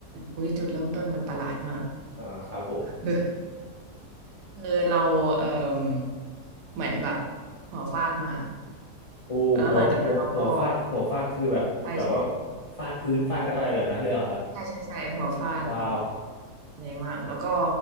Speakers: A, on the right; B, on the left.
A: อุยจุดเริ่มต้นมันประหลาดมาก
B: อ่าครับผม
A: <laughs> คือเราเอ่มเหมือนแบบหัวฟาดมา
B: โอ้หัวหัวหัวฟาดหัวฟาดคือแบบแบบว่า
A: แล้วหลังจากนั้นเราก็ ใช่ใช่
B: ฟาดพื้นฟาดกันอะไรแบบนั้นเลยเหรอครับ
A: ใช่ใช่ใช่หัวฟาดแบบ
B: ว้าว
A: แรงมากแล้วก็